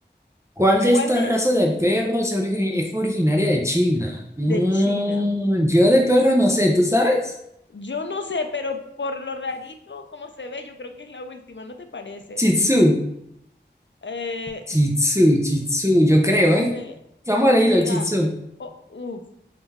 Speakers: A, on the right; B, on the left.
A: ¿Cuál de
B: ¿Cuál
A: esta
B: de,
A: raza de perros es origi- es originaria de China? Mm,
B: de China?
A: yo de perro no sé, ¿tú sabes?
B: Yo no sé, pero por lo rarito como se ve, yo creo que es la última, ¿no te parece?
A: Shih Tzu,
B: Eh,
A: Shih Tzu, Shih Tzu, yo creo,
B: no sé,
A: ¿eh? Vamos a leerlo,
B: será.
A: Shih Tzu.
B: Oh, uf,